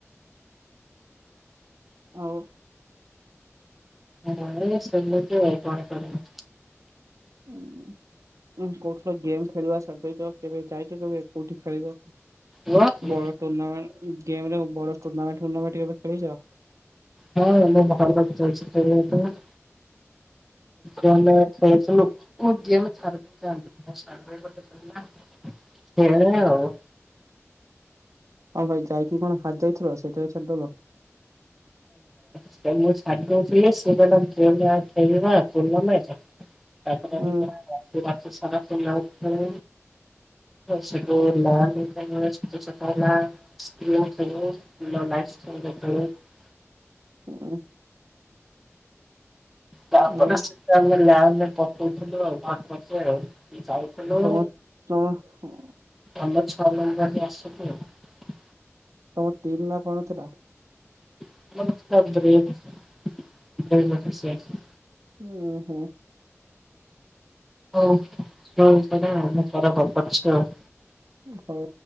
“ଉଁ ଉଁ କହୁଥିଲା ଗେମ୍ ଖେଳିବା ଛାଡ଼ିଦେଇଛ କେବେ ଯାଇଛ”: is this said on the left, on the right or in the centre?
Right